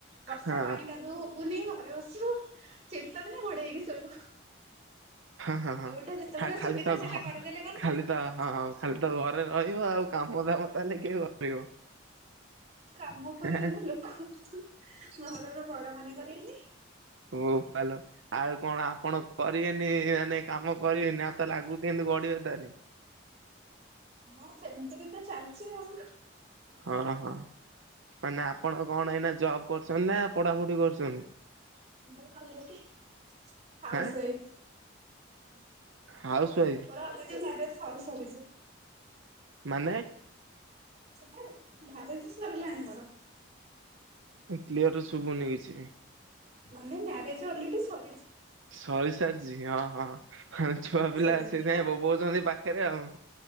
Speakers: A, on the right (about 35°); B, on the right (about 75°).
A: ବର୍ଷା
B: ହଁ
A: ପାଣି କାଦୁଅ ହବୁୁନି ଘରେ ବସି ସିବୁ ଶୀତ ଦିନ ଘୋଡେଇ ହେଇକି ଶୋଇବୁ।
B: ହଁ, ହଁ, ହଁ
A: ଯୋଉଟା ଯେତେବେଳେ
B: ଖା- ଖାଲି
A: ସୁବିଧା
B: ତ
A: ସେଟା
B: ଘ-ଖାଲି
A: କରିଦେଲେ ଗଲା ଆଉ
B: ତ ହଁ, ହଁ ଖାଲି ତ ଘରେ ରହିବ ଆଉ କାମ ଦାମ ତାହେଲେ କିଏ କରିବ?
A: କାମ କରିବାକୁ
B: ହେଁ
A: ଲୋକ ଘରର ବଡ ମାନେ କରିବେନି।
B: ବୋପାଲ ଆଉ କଣ ଆପଣ କରିବେନି ମାନେ କାମ କରିବେନି ଆଉ ତାହେଲେ ଆଗୁକୁ କେମିତି ଗଢିବେ ତାହାଲେ?
A: ହଁ ସେମିତିରେ ତ ଚାଲିଛି ଆଉ।
B: ହଁ, ହଁ। ମାନେ ଆପଣ କଣ ଏଇନା ଜବ୍ କରୁଛନ୍ତି ନା ପଢାପଢି କରୁଚନି?
A: <unintelligible> ହାଉସ୍ ୱାଇଫ୍।
B: ହାଁ ହାଉସ ୱାଇଫ
A: ମୋର ଅଲରେଡି ମ୍ୟାରେଜ୍ ସରି ସାରିଛି।
B: ମାନେ?
A: ସତରେ ମାରେଜ୍ ସରିଲାଣି ମୋର।
B: ଇଁ, କ୍ଲିୟର ଶୁଭୁନି କିଛି।
A: ମାନେ ମ୍ୟାରେଜ୍ ଅଲରେଡି ସରିଛି।
B: ସରିସାରିଚି ହଁ, ହଁ, ହଁ, ଛୁଆ
A: ଆଉ
B: ପିଲା
A: ସେମିତି
B: ସେଇଥିପାଇଁ
A: ତ
B: ବୋବଉଚନ୍ତି ପାଖରେ ଆଉ।